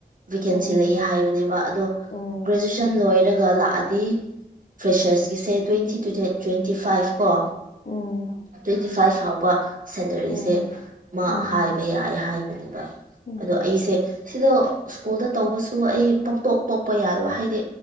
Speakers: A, on the right; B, on the left.
A: ꯚꯦꯀꯦꯟꯁꯤ
B: ꯎꯝ
A: ꯂꯩꯌꯦ ꯍꯥꯏꯕꯅꯦꯕ ꯑꯗꯣ
B: ꯎꯝ
A: ꯒ꯭ꯔꯦꯖꯨꯑꯦꯁꯟ ꯂꯣꯏꯔꯒ ꯂꯥꯛꯑꯗꯤ ꯐ꯭ꯔꯦꯁꯔꯁꯀꯤꯁꯦ ꯇ꯭ꯋꯦꯟꯇꯤ ꯇꯨ ꯗ ꯇ꯭ꯋꯦꯟꯇꯤ ꯐꯥꯏꯐ ꯀꯣ
B: ꯎꯝ
A: ꯇ꯭ꯋꯦꯟꯇꯤ ꯐꯥꯏꯚ ꯐꯥꯎꯕ ꯁꯦꯂꯔꯤꯁꯦ
B: ꯎꯝ
A: ꯃꯥ
B: ꯎꯝ
A: ꯍꯥꯏꯕ ꯌꯥꯏ ꯍꯥꯏꯕꯅꯦꯕ
B: ꯎꯝ
A: ꯑꯗꯣ ꯑꯩꯁꯦ ꯁꯤꯗꯣ ꯁ꯭ꯀꯨꯜꯗ ꯇꯧꯕꯁꯨ ꯑꯩ ꯄꯛꯇꯣꯛ ꯇꯣꯛꯄ ꯌꯥꯗꯕ ꯍꯥꯏꯗꯤ